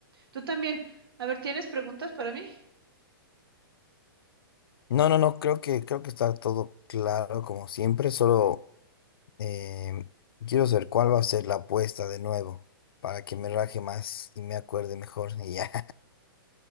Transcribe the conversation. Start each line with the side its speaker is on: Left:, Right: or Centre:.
Right: Tú también. A ver, ¿tienes preguntas para mí?
Left: No, no, no, creo que, creo que está todo claro como siempre, solo eh, quiero saber cuál va a ser la apuesta de nuevo, para que me raje más y me acuerde mejor. Y ya,